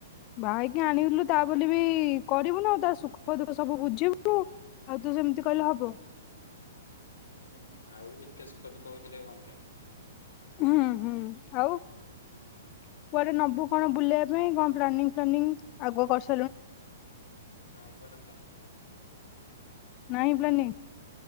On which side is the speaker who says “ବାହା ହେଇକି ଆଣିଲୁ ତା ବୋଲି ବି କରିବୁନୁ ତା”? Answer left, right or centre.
Left